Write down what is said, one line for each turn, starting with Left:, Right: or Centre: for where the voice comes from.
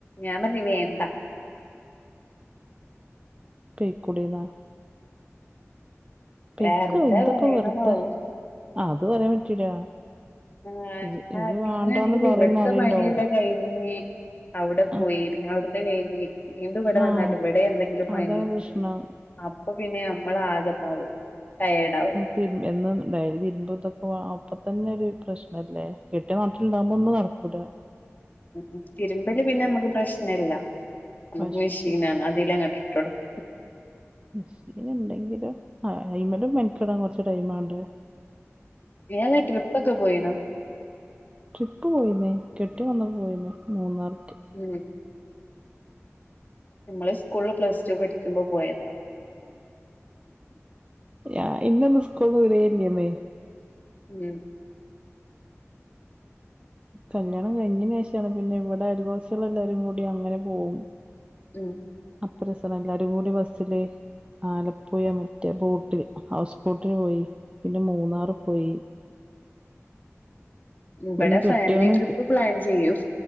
Left: ഞാൻ പറഞ്ഞു വേണ്ട
Right: പൈ കൂടെയിരുന്നോ പെയക്കോ
Left: വെറുതെ
Right: എന്തപ്പ
Left: പറയണതാവും
Right: വെറുത്ത അത് പറയാൻ പറ്റൂല.
Left: ആഹ്
Right: ഇജ് ഇജ്
Left: ആ് പിന്നൊണെങ്കിൽ
Right: വാണ്ടാന്ന് പറയുംന്ന്
Left: ഇവിടത്തെ
Right: അറിയ്ണ്ടാവും
Left: പണിയല്ല കഴിഞ്ഞ് അവിടെ പോയി
Right: ആഹ്
Left: പിന്നെ അവിടുത്തെ കഴിഞ്ഞ് ഇവിടെ വന്നാല
Right: ആഹ്
Left: ഇവിടെ എന്തെങ്കിലും പണി
Right: അതാണ് പ്രശ്നം
Left: അപ്പൊ പിന്നെ നമ്മള ആഗത ആകവും ടയേർഡ ആകും.
Right: തിരുമ്പി ഡയലി തതിരുമ്പോൾ ഇതൊക്കെ അപ്പം തന്നെ ഒരു പ്രശ്നമല്ലേ കെട്ട നാട്ടിലുണ്ടാവുമ്പോൾ ഒന്ന് നടക്കു ലാ നടക്കു ലാ
Left: ഉം തിരുമ്പല് പിന്നെ നമുക്ക് പ്രശ്നമല്ല നമുക്ക്
Right: വാഷിംഗ്
Left: മെഷീന
Right: മെഷീൻ
Left: ആണ് അതിലങ്ങട്ടിട്ട് കൊടുക്ക
Right: മെഷീൻ ഉണ്ടെങ്കിലും അയ്മല് മെനക്കടാൻ കൊറച്ച ടൈം വേണ്ടേ
Left: ഏതേം ട്രിപ്പ് ഒക്കെ പോയിനോ
Right: ട്രിപ്പ് പോയിന്നേ കെട്ടിയോൻ വന്നിട്ട് പോയിന്നേ മൂന്നാർക്ക്
Left: ഉം നമ്മള് സ്കൂളിൽ പ്ലസ് ടു പഠിക്കുമ്പോ പോയതാ.
Right: ആഹ് ഇന്നൊന്ന് സ്കൂന്ന് വിടുല്ലമ്മേ
Left: ഉം
Right: കല്യാണം കഴിഞ്ഞന് ശേഷാണ് പിന്നെ ഇവിടെ അയിവാസികൾ എല്ലാരും കൂടി അങ്ങനെ പോവും.
Left: ഉം
Right: അപ്പേ സാറ എല്ലാരും കൂടി ബസ്സില് ആലപ്പുഴ മറ്റേ ബോട്ടില് ഹൗസ് ഊട്ടി പോയി പിന്നെ മൂന്നാർ പോയി.
Left: ഇവിടെ
Right: പിന്നെ കെട്ടിയോനും
Left: ഫാമിലി ട്രിപ്പ് പ്ലാൻ ചെയ്യും.